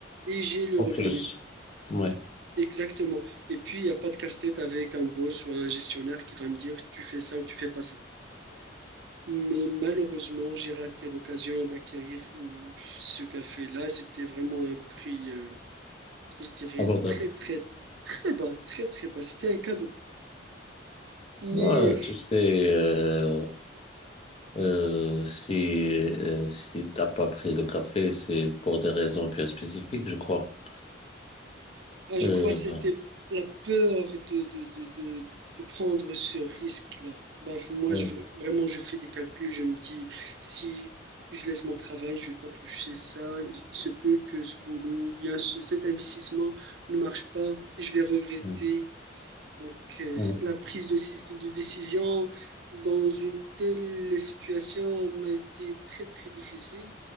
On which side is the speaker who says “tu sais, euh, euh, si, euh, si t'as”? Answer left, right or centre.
Left